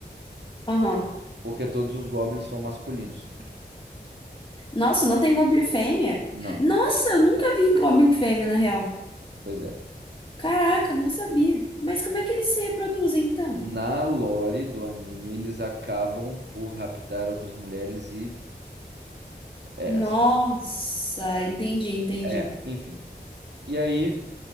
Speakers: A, on the left (about 25°); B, on the right (about 75°).
A: aham.
B: Porque todos os goblins são masculinos.
A: Nossa, não tem goblin fêmea?
B: Não,
A: Nossa, eu nunca vi goblin fêmea, na real.
B: pois é.
A: Caraca, não sabia. Mas como é que eles se reproduzem, então?
B: Na lore do anime, eles acabam por raptar outras mulheres e é
A: Nossa,
B: assim.
A: entendi, entendi.
B: É, enfim. E aí.